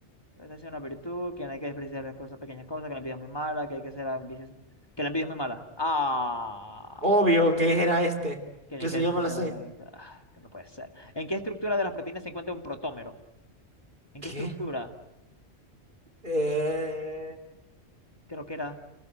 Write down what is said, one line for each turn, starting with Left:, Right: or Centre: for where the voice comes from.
Left: Esta es una virtud, que no hay que despreciar las cosas, pequeñas cosas, que la envidia es muy mala, que hay que ser ambicioso, que la envidia es muy mala. Ah,
Right: Obvio que era este.
Left: que no
Right: Incluso
Left: hay que despreciar
Right: yo me lo sé.
Left: la... ah, que no puede ser. ¿En qué estructura de las proteínas se encuentra un protómero? ¿En
Right: ¿Qué?
Left: qué estructura?
Right: Eh,
Left: Creo que era...